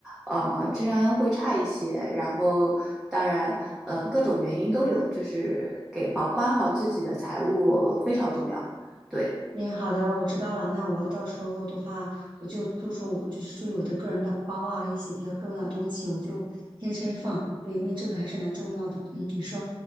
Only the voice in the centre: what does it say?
呃，治安会差一些。然后，当然，呃，各种原因都有，就是给保管好自己的财物非常重要。对。